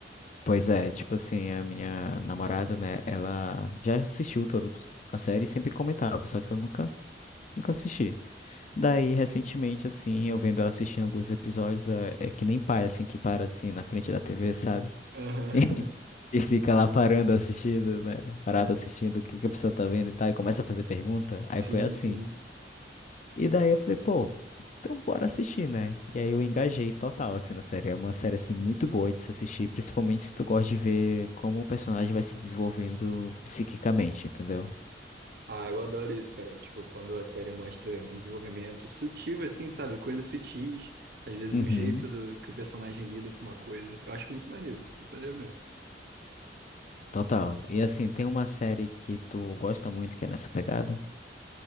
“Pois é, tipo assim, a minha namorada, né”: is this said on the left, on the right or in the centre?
Left